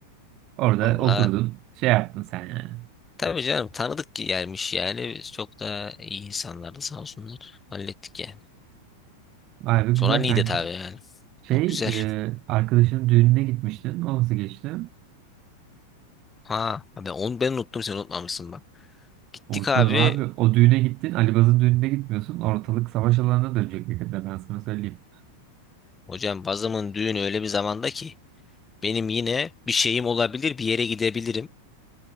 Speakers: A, on the right (about 40°); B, on the left (about 15°).
A: Orada
B: Valla
A: oturdun. Şey yaptın sen yani.
B: tabii canım tanıdık gelmiş yani. Biz çok da iyi insanlardı sağ olsunlar. Hallettik ya.
A: Vay be güzel
B: Sonra Niğde
A: kanki.
B: abi yani.
A: Şey
B: Ama güzel.
A: e, arkadaşının düğününe gitmiştin. O nasıl geçti?
B: Ha ben onu ben unuttum sen unutmamışsın bak. Gittik
A: Unutmadım
B: abi.
A: abi. O düğüne gittin. Ali Baz'ın düğününe gitmiyorsun. Ortalık savaş alanına dönecek yakında ben sana söyleyeyim.
B: Hocam bazımın düğünü öyle bir zamanda ki benim yine bir şeyim olabilir bir yere gidebilirim.